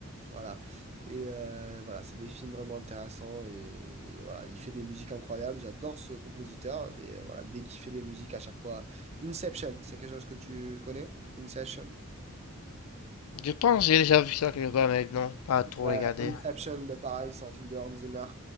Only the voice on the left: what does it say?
Je pense que j'ai déjà vu ça quelque part, mais non, pas trop
regardé.